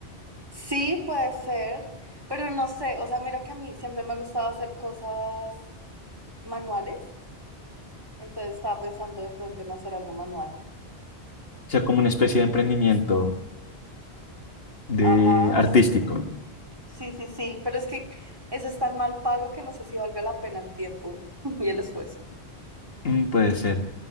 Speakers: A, on the right; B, on the left.
A: Sí, puede ser, pero no sé, o sea, mira que a mí siempre me ha gustado hacer cosas manuales, entonces estaba pensando de pronto en hacer algo manual.
B: O sea, como una especie de emprendimiento de
A: Ajá,
B: artístico.
A: sí. Sí, sí, sí, pero es que eso es tan mal pago que no sé si valga la pena el tiempo <laughs> y el esfuerzo.
B: Mm, puede ser.